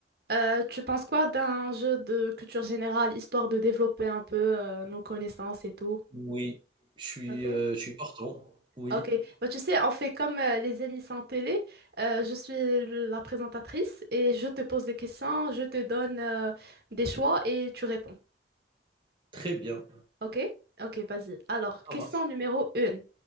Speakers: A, on the right; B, on the right.
A: Euh, tu penses quoi d'un jeu de culture générale, histoire de développer un peu euh, nos connaissances et tout?
B: Oui, je suis,
A: Ok.
B: heu, je suis partant. Oui,
A: Ok. Bah, tu sais, on fait comme euh, les émissions télé. Euh, je suis le- la présentatrice et je te pose des questions, je te donne euh, des choix et tu réponds.
B: très bien,
A: Ok? Ok, vas-y. Alors, question
B: ça marche.
A: numéro 1.